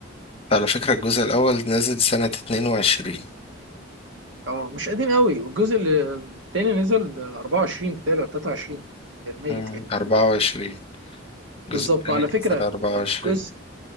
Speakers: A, on the left; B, on the right.
A: على فكرة الجزء الأول نزل سنة 22
B: اه مش قديم قوي والجزء اللي- التاني نزل آه، 24 بتاعي ولا 23 بالميت
A: مم.
B: يعني
A: 24 الجزء
B: بالظبط
A: الثاني
B: وعلى فكره
A: نزل 24
B: الجزء